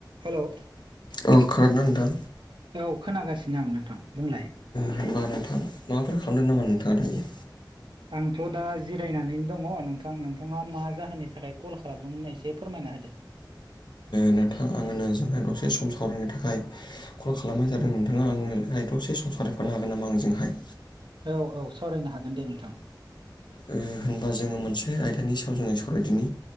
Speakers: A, on the right; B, on the left.
A: Hello
B: औ खोनादों ना नोंथां
A: औ खोनागासिनो आं नोंथां बुंलाय
B: होनबा नोंथां माबाफोर खालामदों नामा नोंथाङा दायो
A: आंथ' दा जिरायनानै दङ नोंथां नोंथाङा मा जाहोननि थाखाय कल खालामदों होनना एसे फोरमायना होदो
B: नोंथां आङो नोंजोंहाय दसे सम सावरायनो थाखाय कल खालामनाय जादों नोंथाङा आंनो रायथ'से सम सावरायफानो हागोन नामा आंजोंहाय?
A: औ औ सावरायनो हागोन दे नोंथां।
B: ओ होनबा जोङो मोनसे आयदानि सायाव जोङो सावरायदिनि